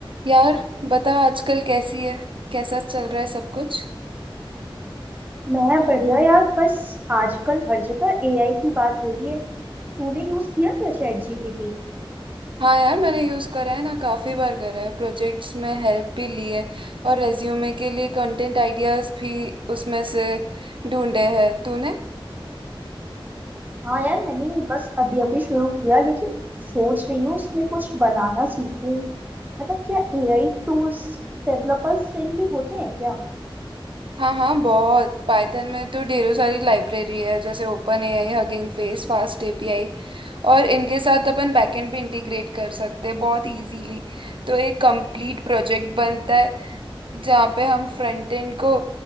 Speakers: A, on the right (about 65°); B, on the right (about 20°).
A: यार बता आजकल कैसी है कैसा चल रहा है सब कुछ
B: मैं बढ़िया यार बस आजकल हर जगह एआई की बात हो रही है तूने यूज किया क्या चैट जीपीटी
A: हाँ यार मैंने यूज़ करा है ना काफ़ी बार करा है प्रोजेक्ट्स में हेल्प भी ली है और रेज्यूमे के लिए कंटेंट आइडियाज़ भी उसमें से ढूंढे हैं तूने
B: हाँ यार मैंने बस अभी अभी शुरू किया लेकिन सोच रही हूँ इसमें कुछ बनाना सीखूं मतलब क्या एआई टूल्स डेवलपर्स फ्रेंडली होते हैं क्या
A: हाँ हाँ बहुत पाइथन में तो ढेरों सारी लाइब्रेरी है जैसे Open AI Hugging Face Fast API और इनके साथ अपन बैकएंड भी इंटीग्रेट कर सकते हैं बहुत इजीली तो एक कंप्लीट प्रोजेक्ट बनता है जहाँ पे हम फ्रंट एंड को